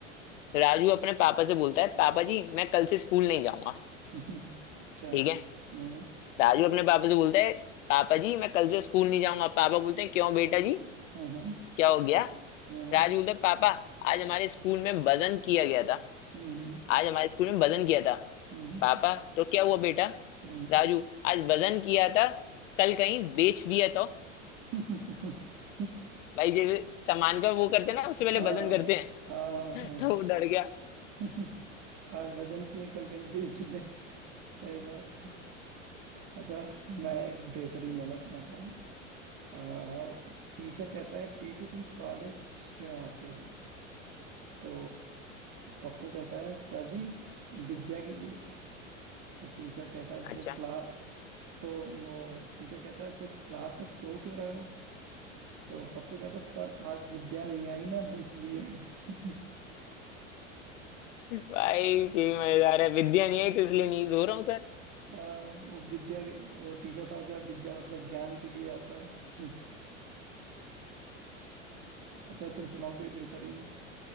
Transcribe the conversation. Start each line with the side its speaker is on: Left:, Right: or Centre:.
Left: राजू अपने पापा से बोलता है पापा जी मैं कल से स्कूल नहीं जाऊंगा
Right: <laughs> अच्छा
Left: ठीक है
Right: हम्म,
Left: राजू अपने पापा से बोलता है पापा जी मैं कल से स्कूल नहीं जाऊंगा पापा बोलते हैं क्यों बेटा जी
Right: हाँ हाँ
Left: क्या हो गया
Right: हाँ,
Left: राजू बोलते पापा आज हमारे स्कूल में वजन किया गया था
Right: हम्म,
Left: आज हमारे स्कूल में वजन किया था
Right: हम्म,
Left: पापा तो क्या हुआ बेटा
Right: हम्म,
Left: राजू आज वजन किया था कल कहीं बेच दिया तो
Right: <laughs>
Left: भाई जैसे सामान का वो करते हैं ना उससे पहले
Right: हाँ
Left: वजन करते हैं
Right: हाँ हाँ
Left: <laughs> तो
Right: हाँ,
Left: वो डर गया
Right: <laughs> आज वजन किए कल कहीं बेच दे सही बात अच्छा मैं एक बेहतरीन वाला सुनाता हूँ अ, टीचर कहता है टीटू तुम कॉलेज क्यों आते हो तो पप्पू कहता है सर जी विद्या के लिए तो टीचर कहता है
Left: अच्छा
Right: वो क्लास तो वो टीचर कहता है तो उस क्लास में सो क्यों रहे हो तो पप्पू कहता है सर आज विद्या नहीं आई ना इसलिए <laughs>
Left: भाई सही मजेदार है विद्या नहीं आई तो इसलिए नहीं सो रहा हूँ सर
Right: अ, वो विद्या वो टीचर समझता है विद्या मतलब ज्ञान के लिए आता है <laughs> अच्छा तुम सुनाओ कोई बेहतरीन